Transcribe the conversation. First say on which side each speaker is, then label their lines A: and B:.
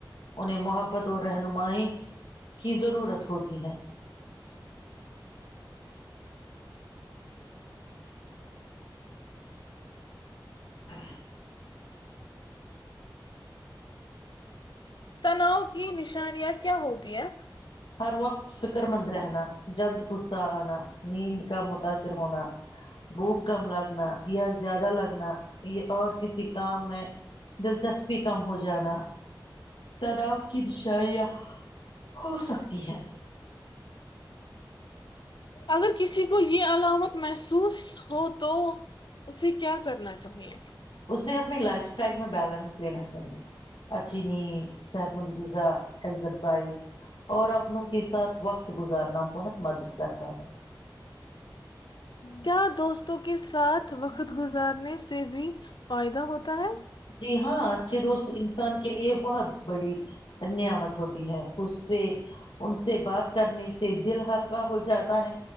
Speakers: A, on the left (about 85°); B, on the left (about 70°).
A: انہیں محبت اور رہنمائی کی ضرورت ہوتی ہے ہ
B: تناؤ کی نشانیاں کیا ہوتی ہیں
A: ہر وقت فکر مند رہنا جلد غصہ آنا نیند کا متاثر ہونا بھوک کم لگ لنا یا زیادہ لگنا یہ اور کسی کام میں دلچسپی کم ہو جانا تناؤ کی نشائیاں ہو سکتی ہے
B: اگر کسی کو یہ علامت محسوس ہو تو اسے کیا کرنا چاہیے
A: اسے اپنی لائف اسٹائل میں بیلنس لینا چاہیے اچھی نیند صحت مندذا ایکزرسائز اور اپنوں کے ساتھ وقت گزارنا بہت مدد کرتا ہے
B: کیا دوستوں کے ساتھ وقت گزارنے سے بھی فائدہ ہوتا ہے
A: جی ہاں اچھے دوست انسان کے لیے بہت بڑی نعمت ہوتی ہے اس سے ان سے بات کرنے سے دل ہلکا ہو جاتا ہے